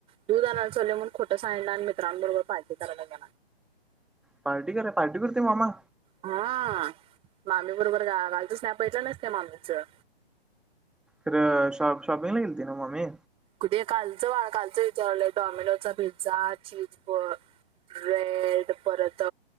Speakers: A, on the right; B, in the centre.
A: दूध आणाय चाललो म्हूनन खोटं सांगीतला आणि मित्रांबरोबर पार्टी करायला गेला
B: पार्टी केला पार्टी करते मामा
A: हा मामी बरोबर गेला नाहीपटलं नाहीस का मा्मीचं
B: खरं शॉप शॉपिंगला गेलती नव्ह मामी
A: कुठे कालचं कालच विचारलंय Domino's pizza cheese bread परत